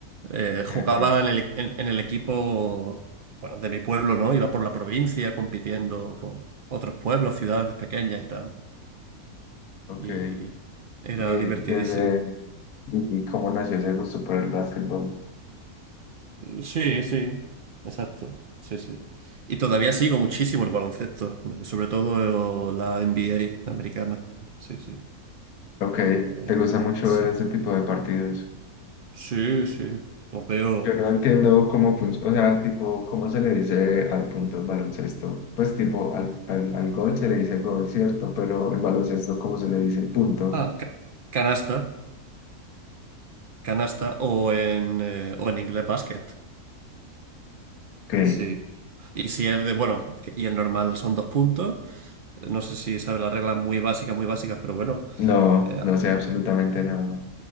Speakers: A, on the right; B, on the left.
A: Eh,
B: ok,
A: jugaba
B: ok,
A: en el, en, en el equipo, bueno, de mi pueblo, ¿no? Iba por la provincia compitiendo con otros pueblos, ciudades pequeñas y tal.
B: ok.
A: y era
B: Y
A: divertidísimo.
B: desde... ¿Y cómo nació ese gusto por el básquetbol?
A: Sí, sí, exacto. Sí, sí. Y todavía sigo muchísimo el baloncesto, sobre todo la NBA americana. Sí, sí.
B: Ok,
A: eh,
B: ¿te gusta mucho
A: sí,
B: ver ese tipo de partidos?
A: sí, sí. Lo veo.
B: Yo no entiendo cómo funciona, o sea, tipo, ¿cómo se le dice al punto en baloncesto? Pues tipo, al, al, al gol se le dice gol, ¿cierto? Pero en baloncesto, ¿cómo se le dice punto?
A: Ah, ca- canasta, canasta o en, eh, o en inglés basket.
B: Ok,
A: Sí. Y si es de, bueno, que- y el normal son dos puntos. No sé si sabes las reglas muy básicas, muy básicas, pero bueno.
B: no,
A: eh,
B: no sé absolutamente nada.